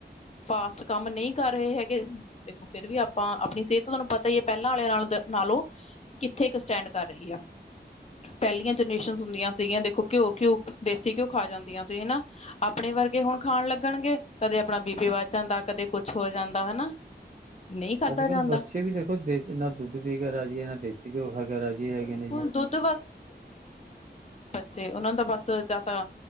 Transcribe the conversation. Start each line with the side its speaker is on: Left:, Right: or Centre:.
Left: ਫਾਸਟ ਕੰਮ ਨਹੀਂ ਕਰ ਰਹੇ ਹੈਗੇ ਦੇਖੋ ਫਿਰ ਵੀ ਆਪਾਂ ਆਪਣੀ ਸਿਹਤ ਤੁਹਾਨੂੰ ਪਤਾ ਹੀ ਹੈ ਪਹਿਲਾਂ ਵਾਲੇ ਨਾਲ ਨਾਲੋਂ ਕਿੱਥੇ ਇੱਕ ਸਟੈਂਡ ਕਰ ਰਹੀ ਆ ਪਹਿਲੀਆਂ ਜਨਰੇਸ਼ਨ ਹੁੰਦੀਆਂ ਸੀਗੀਆਂ ਦੇਖੋ ਘਿਓ ਘਿਊ ਦੇਸੀ ਘਿਓ ਖਾ ਜਾਂਦੀਆਂ ਸੀ ਨਾ ਆਪਣੇ ਵਰਗੇ ਹੁਣ ਖਾਣ ਲੱਗਣਗੇ ਕਦੇ ਆਪਣਾ ਬੀਬੀ ਵੱਧ ਜਾਂਦਾ ਕਦੇ ਕੁਛ ਹੋ ਜਾਂਦਾ ਹਨਾ ਨਹੀਂ ਖਾਧਾ
Right: ਅੱਜ ਕੱਲ੍ਹ
Left: ਜਾਂਦਾ।
Right: ਬੱਚੇ ਵੀ ਦੇਖੋ ਦੇਸੀ ਨਾ ਦੁੱਧ ਪੀ ਕੇ ਰਾਜੀ ਹੈ ਨਾ ਦੇਸੀ ਘਿਓ ਖਾਗਾ ਰਾਜੀ ਹੈਗੇ
Left: ਬਿਲਕੁਲ
Right: ਨੇ ਜੀ
Left: ਦੁੱਧ ਤੇ ਉਹਨਾਂ ਦਾ ਬਸ ਜਾਂ ਤਾਂ